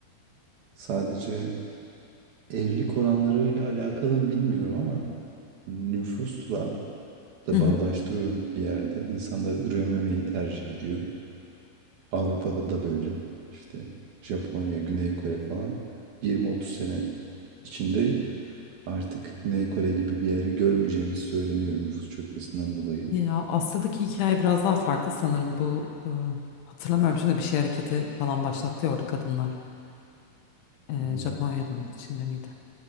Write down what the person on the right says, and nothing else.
sadece evlilik oranlarıyla alakalı mı bilmiyorum ama nüfusla da
bağdaştırıyorum bir yerde. İnsanlar ürememeyi tercih ediyor. Avrupa'da da böyle işte Japonya, Güney Kore falan 20-30 sene içinde artık Güney Kore gibi bir yeri görmeyeceğimiz söyleniyor nüfus çökmesinden dolayı.
<clears throat>
Hmm,